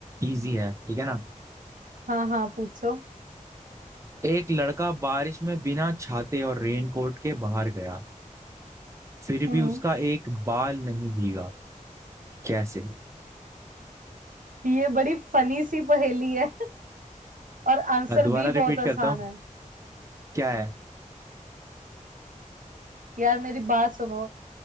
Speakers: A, on the right; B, on the right.
A: इजी है ठीक है ना
B: हाँ हाँ पूछो
A: एक लड़का बारिश में बिना छाते और रेनकोट के बाहर गया फिर
B: हम्म
A: भी उसका एक बाल नहीं भीगा कैसे
B: ये बड़ी फनी सी पहेली है <laughs> और आंसर
A: मैं दोबारा
B: भी
A: रिपीट
B: बहुत आसान
A: करता हूँ
B: है
A: क्या है
B: यार मेरी बात सुनो